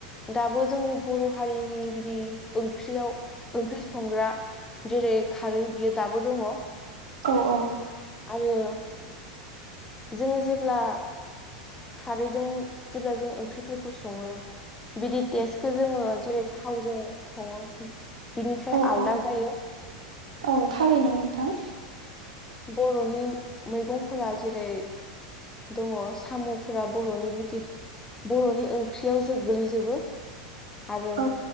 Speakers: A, on the left; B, on the right.
A: दाबो जोंनि बर' हारिनि बिदि ओंख्रियाव ओंख्रि संग्रा जेरै खारै बियो दाबो दङ।
B: औ औ
A: आरो जोङो जेब्ला खारैदों जेब्ला जों ओंख्रिफोरखौ सङो बिदि टेस्टखौ जोङो जेरै थावजों सङो बिनिफ्राय
B: औ
A: आलदा
B: औ
A: जायो।
B: औ थारैनो नोंथां।
A: बर'नि मैगंफोरा जेरै दङ साम'फोरा बर'नि बिदि बर'नि ओंख्रियाव जो गोलैजोबो। आरो
B: औ